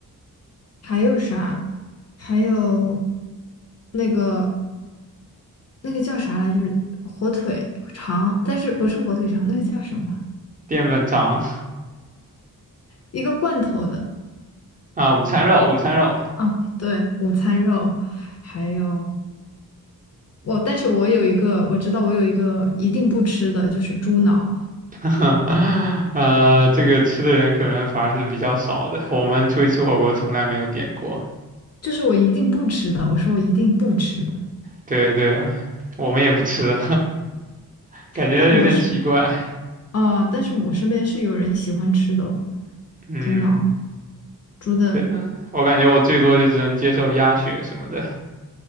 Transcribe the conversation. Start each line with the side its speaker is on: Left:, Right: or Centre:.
Left: 还有啥？还有那个那个叫啥来着？火腿肠，但是不是火腿肠，那个叫什么？
Right: 淀粉肠
Left: 一个罐头的
Right: 啊，午餐肉，午餐肉，
Left: 啊，对，午餐肉，还有我，但是我有一个，我知道我有一个一定不吃的，就是猪脑，
Right: <laughs> 呃，这个吃的人可能反而是比较少的，我们出去吃火锅从来没有点过，
Left: 就是我一定不吃的，我说我一定不吃的，
Right: 对对，我们也不吃，<laughs> 感觉有点奇怪，
Left: 但我是啊，但是我身边是有人喜欢吃的
Right: 嗯，
Left: 猪脑，猪的
Right: 对，嗯，我感觉我最多就只能接受鸭血什么的，